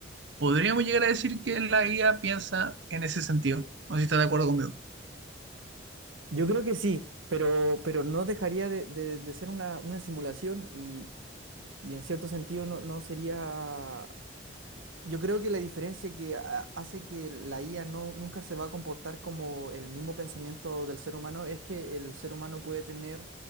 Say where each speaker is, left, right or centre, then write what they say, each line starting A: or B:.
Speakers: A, on the right; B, on the right.
A: podríamos llegar a decir que la guía piensa en ese sentido. No sé si estás de acuerdo conmigo.
B: Yo creo que sí, pero, pero no dejaría de, de- de ser una, una simulación y, y en cierto sentido no, no sería Yo creo que la diferencia que ha- hace que la IA no, nunca se va a comportar como el mismo pensamiento del ser humano es que el ser humano puede tener